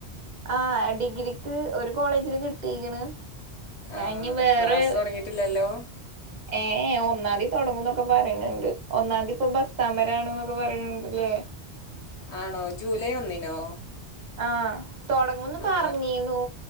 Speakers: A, on the right; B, on the left.
A: ആഹ ഡിഗ്രിക്ക് ഒരു കോളേജില് കിട്ടിരിക്കണ് ഞാ
B: ആ
A: ഇ വേറെ
B: ക്ലാസ് തുടങ്ങിയിട്ടില്ലല്ലോ
A: ഏ ഒന്നാതി തുടങ്ങുംന്നൊക്കെ പറയണ്ട് ഒന്നാതി ഇപ്പൊ ബസ്താമരാണ് എന്നൊക്കെ പറയണണ്ട്ല്ലേ
B: ആണോ ജൂലൈ ഒന്നിനോ
A: ആഹ തുടങ്ങുന്നു പറഞ്ഞീന്നു
B: ആ